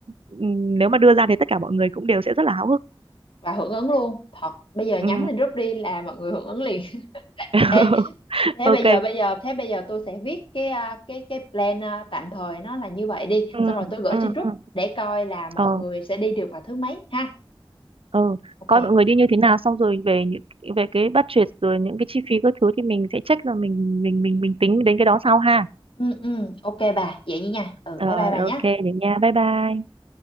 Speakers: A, on the right (about 75°); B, on the left (about 65°).
A: ừm, nếu mà đưa ra thì tất cả mọi người cũng đều sẽ rất là háo hức
B: và hưởng ứng luôn thật bây giờ nhắn
A: ừ
B: lên group đi là mọi người hưởng ứng liền <laughs>
A: <laughs>
B: ê thế
A: ok
B: bây giờ bây giờ thế bây giờ tôi sẽ viết cái à, cái cái plan à, tạm thời nó là như vậy đi
A: ừ
B: xong rồi tôi gửi
A: ừ
B: trên group
A: ừ
B: để coi là mọi
A: ờ
B: người sẽ đi được vào thứ mấy ha
A: ờ
B: ok
A: coi mọi người đi như thế nào xong rồi về những về cái budget rồi những cái chi phí các thứ thì mình sẽ check rồi mình mình mình mình tính đến cái đó sau ha
B: ừ ừ ok bà vậy nha ừ
A: rồi
B: bye bye bà
A: ok
B: nhé
A: để nha bye bye